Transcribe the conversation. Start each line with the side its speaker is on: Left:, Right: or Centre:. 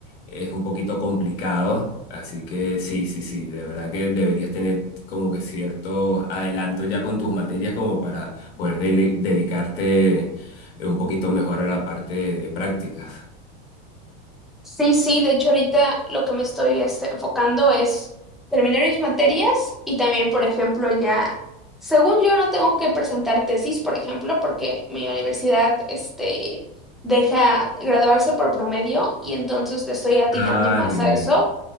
Left: es un poquito complicado, así que sí, sí, sí, de verdad que deberías tener como que cierto adelanto ya con tus materias como para poder dele- dedicarte un poquito mejor a la parte de, de prácticas.
Centre: Sí, sí, de hecho ahorita lo que me estoy este, enfocando es terminar mis materias y también, por ejemplo, ya, según yo no tengo que presentar tesis, por ejemplo, porque mi universidad este, deja graduarse por promedio y entonces le estoy atinando
Left: Ah,
Centre: más
Left: genial.
Centre: a eso